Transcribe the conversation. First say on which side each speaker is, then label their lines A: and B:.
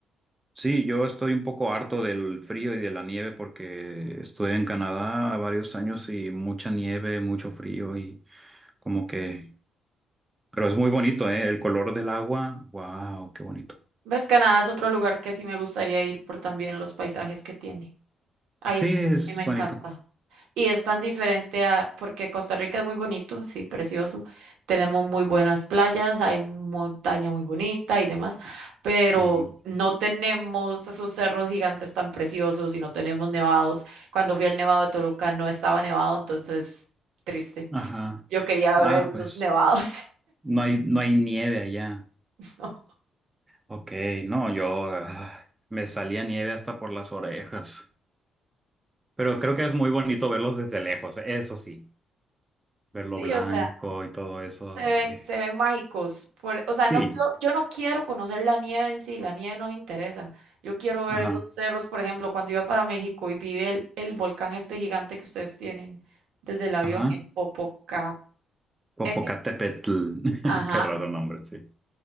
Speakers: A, on the right (about 15°); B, on the right (about 80°).
A: Sí, yo estoy un poco harto del frío y de la nieve porque estuve en Canadá varios años y mucha nieve, mucho frío y como que, pero es muy bonito, ¿eh? El color del agua, wow, qué bonito.
B: Ves, Canadá es otro lugar que sí me gustaría ir por también los paisajes que tiene. Ay,
A: Sí,
B: es
A: es
B: que a mí me encanta.
A: bonito.
B: Y es tan diferente a, porque Costa Rica es muy bonito, sí, precioso. Tenemos muy buenas playas, hay montaña muy bonita y demás, pero
A: Sí.
B: no tenemos esos cerros gigantes tan preciosos y no tenemos nevados. Cuando fui al Nevado de Toluca no estaba nevado, entonces triste.
A: Ajá.
B: Yo quería
A: Ah,
B: ver
A: pues
B: los nevados.
A: no hay, no hay nieve allá.
B: <laughs> ¿no?
A: Ok, no, yo ah, me salía nieve hasta por las orejas. Pero creo que es muy bonito verlos desde lejos, eso sí, verlo
B: Sí,
A: blanco
B: o sea.
A: y todo eso.
B: Se ven,
A: ay.
B: se ven mágicos. Por, o sea,
A: Sí,
B: no, quiero- yo no quiero conocer la nieve en sí, la nieve no me interesa. Yo quiero ver
A: ajá,
B: esos cerros, por ejemplo, cuando iba para México y vi el, el volcán este gigante que ustedes tienen desde el avión,
A: ajá.
B: el Popocá.
A: Popocatépetl,
B: Ese, ajá,
A: <laughs> qué raro nombre, sí.